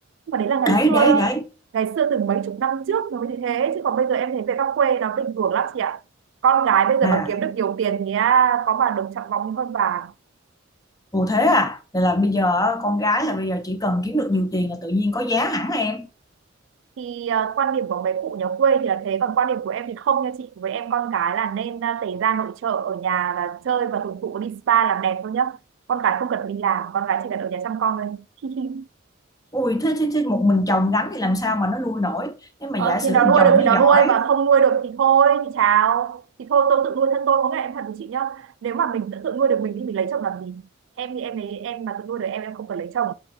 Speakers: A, on the right; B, on the left.
A: nhưng mà đấy là ngày
B: đấy
A: xưa
B: đấy đấy
A: ngày xưa từ mấy chục năm trước nó mới như thế chứ còn bây giờ em thấy về các quê nó bình thường lắm chị ạ con gái bây giờ
B: à
A: mà kiếm được nhiều tiền thì à, có mà được trọng vọng như con bà
B: Ồ thế à? Vậy là bây giờ á, con gái là bây giờ chỉ cần kiếm được nhiều tiền là tự nhiên có giá hẳn em.
A: thì ờ, quan điểm của mấy cụ nhà quê thì là thế còn quan điểm của em thì không nha chị với em con cái là nên ờ, tẩy da nội trợ ở nhà là chơi và hưởng thụ đi spa làm đẹp thôi nhá con cái không cần phải đi làm con cái chỉ cần ở nhà chăm con thôi <laughs>
B: Ui thế, thế, thế một mình chồng gánh thì làm sao mà nó nuôi nổi? Nếu mà
A: ờ,
B: giả sử
A: thì nó
B: thằng
A: nuôi
B: chồng
A: được thì
B: nó
A: nó
B: giỏi
A: nuôi và không nuôi được thì thôi thì chào thì thôi tôi tự nuôi thân tôi có nghĩa em thật với chị nhá nếu mà mình tự nuôi được mình thì mình lấy chồng làm gì em thì em lấy em mà tự nuôi được em em không cần lấy chồng